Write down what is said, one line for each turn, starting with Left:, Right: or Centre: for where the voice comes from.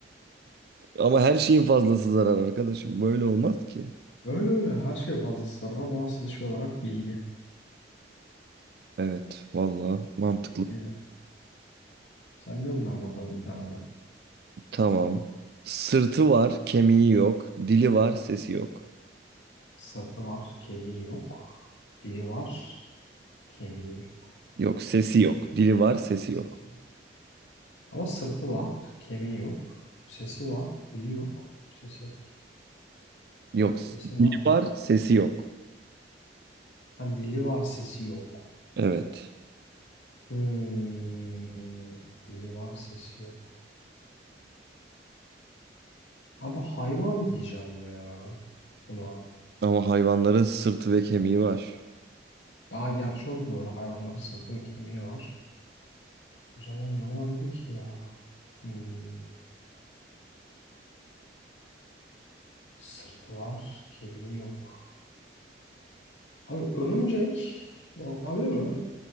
Right: Ama her şeyin fazlası zarar arkadaşım. Böyle olmaz ki.
Left: Öyle öyle her şey fazla sarı ama asıl şey olarak bilgi.
Right: Evet vallahi mantıklı.
Left: Bilgiyle. Sen gönder bakalım bir tane de.
Right: Tamam. Sırtı var, kemiği yok. Dili var, sesi yok.
Left: Sırtı var, kemiği yok. Dili var, kemiği yok.
Right: Yok sesi yok. Dili var, sesi
Left: Sesi
Right: yok.
Left: yok. Ama sırtı var, kemiği yok. Sesi var, dili yok. Sesi var.
Right: Yok s-
Left: Sesi var.
Right: dili var, sesi yok.
Left: Ha dili var, sesi yok.
Right: Evet.
Left: Hmm. Dili var, sesi yok. Abi hayvan diyeceğim ya buna.
Right: Ama hayvanların sırtı ve kemiği var.
Left: Ya gerçi o da doğru. Hayvanların sırtı ve kemiği var. O zaman ne olabilir ki ya? Hmm, sırtı var, kemiği yok. Abi örümcek olabilir mi?